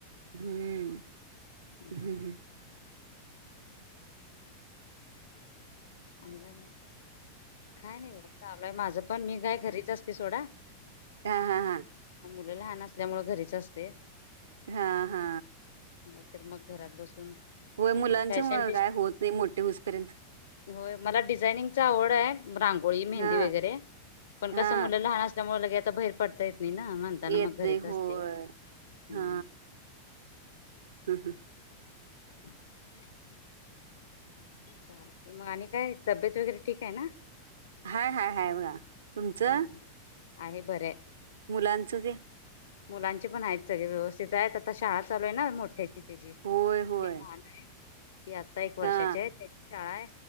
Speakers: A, on the right; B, on the left.
A: हम्म.
B: हम
A: हम्म
B: हम आणि काय मग? काय नाही बघा चालूय माझं पण, मी काय घरीच अस ते सोडा
A: हा हा हा
B: मुलं लहान असल्यामुळं घरीच असते.
A: हा हा.
B: नाही तर मग घरात बसून
A: होय
B: काहीतरी
A: मुलांच्या
B: फॅशन
A: मुळं
B: डिस
A: काय होत नाही मोठे होऊसपर्यंत.
B: होय मला डिझाइनिंगच आवडंय. रांगोळी, मेहंदी
A: हा
B: वगैरे, पण कसं
A: हा
B: मुलं लहान असल्यामुळे लगे आता बाहेर पडता येत नाही ना म्हणताना
A: येत
B: मग
A: नाही.
B: घरीच असते
A: होय,
B: हम्म
A: हा हम् हम्म
B: <unintelligible> चालते मग आणि काय तब्येत वगैरे ठीक आहे न?
A: हाय हाय हाय बघा. तुमचं?
B: हम्म. आहे बरंय.
A: मुलांचं ते?
B: मुलांचे पण आहेत, सगळे व्यवस्थित आहेत. ता आता शाळा चालू आहे ना, मोठ्याची त्याची ते
A: होय होय
B: <unintelligible> ती आता एक वर्षाची
A: हा
B: आहे त्याची शाळा आहे,